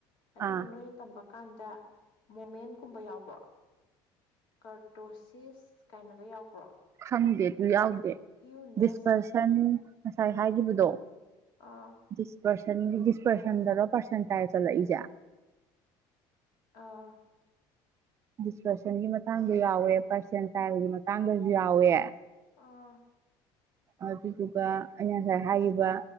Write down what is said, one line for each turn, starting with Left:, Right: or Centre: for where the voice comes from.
Left: ꯑꯗꯨꯒ
Right: ꯑꯥ
Left: ꯅꯣꯏꯅ ꯇꯝꯕꯛ ꯀꯥꯟꯗ ꯃꯣꯃꯦꯟꯒꯨꯝꯕ ꯌꯥꯎꯕ꯭ꯔꯣ ꯀꯔꯇꯣꯁꯁꯤꯁ ꯀꯥꯏꯅꯒ ꯌꯥꯎꯕ꯭ꯔꯣ
Right: ꯈꯪꯗꯦ ꯑꯗꯨ ꯌꯥꯎ
Left: ꯀ꯭ꯌꯨꯅꯦꯁ
Right: ꯗꯤꯁꯄꯔꯁꯟ ꯉꯁꯥꯏ ꯍꯥꯏꯒꯤꯕꯗꯣ
Left: ꯑꯥ
Right: ꯗꯤꯁꯄꯔꯁꯟ ꯗꯤꯁꯄꯔꯁꯟ ꯗꯔꯣ ꯄꯔꯁꯦꯟꯇꯥꯏꯜ ꯏꯖ
Left: ꯑꯥ
Right: ꯗꯤꯄꯔꯁꯟꯒꯤ ꯃꯇꯥꯡꯗ ꯌꯥꯎꯋꯦ ꯄꯔꯁꯟꯇꯥꯏꯜꯒꯤ ꯃꯇꯥꯡꯗꯁꯨ ꯌꯥꯎꯋꯦ
Left: ꯑꯥ
Right: ꯑꯗꯨꯗꯨꯒ ꯑꯩꯅ ꯉꯁꯥꯏ ꯍꯥꯏꯈꯤꯕ